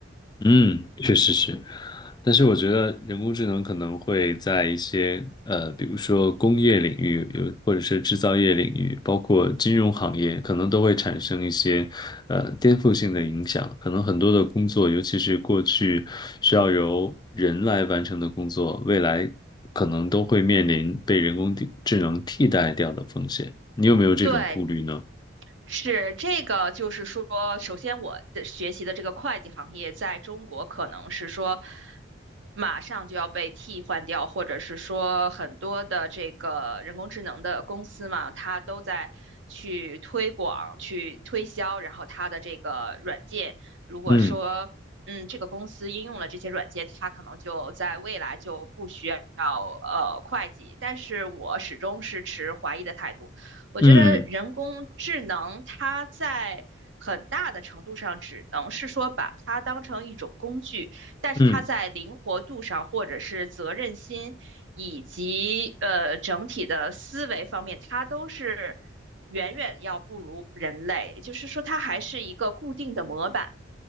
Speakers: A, on the left (about 20°); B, on the right (about 65°).
A: 嗯，确实是，但是我觉得人工智能可能会在一些呃，比如说工业领域，有或者是制造业领域，包括金融行业，可能都会产生一些呃颠覆性的影响。可能很多的工作，尤其是过去需要由人来完成的工作，未来可能都会面临被人工地智能替代掉的风险。你有没有这种顾虑呢？
B: 对，是这个，就是说，首先我的学习的这个会计行业在中国可能是说马上就要被替换掉，或者是说很多的这个人工智能的公司嘛，它都在去推广、去推销，然后它的这个软件，如果说嗯这个公司应用了这些软件，
A: 嗯
B: 它可能就在未来就不需要呃会计。但是我始终是持怀疑的态度。我觉得人工智能它在很大的程度上只能是说把它当成一种工具，
A: 嗯
B: 但是它在灵活度上，
A: 嗯。
B: 或者是责任心，以及呃整体的思维方面，它都是远远要不如人类。就是说，它还是一个固定的模板，